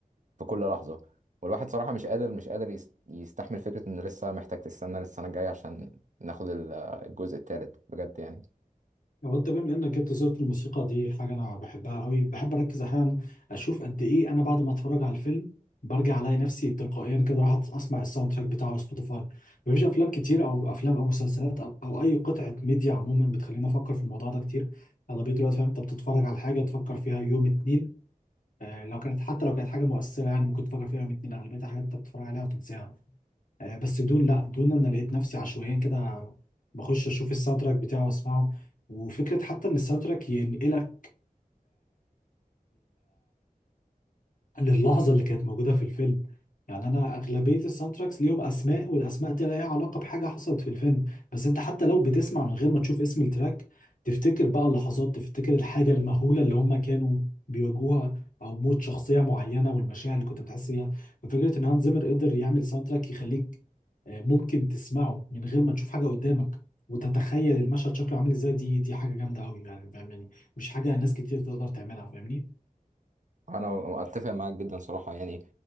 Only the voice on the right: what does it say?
في كل لحظة والواحد صراحة مش قادر مش قادر يس- يستحمل فكرة إنه لسه محتاج تستنى للسنة الجاية عشان ناخد ال- الجزء التالت بجد يعني
انا اتفق معاك جدا صراحه يعني